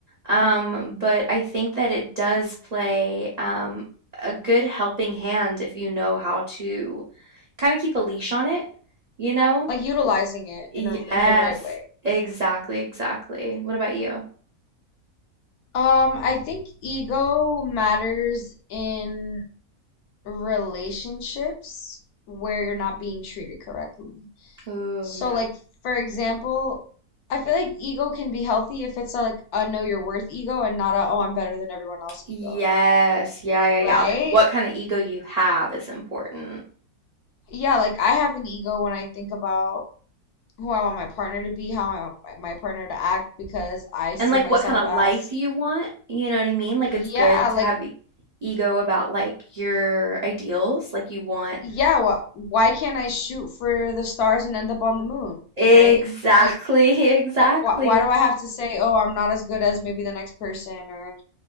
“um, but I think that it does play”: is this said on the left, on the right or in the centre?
Right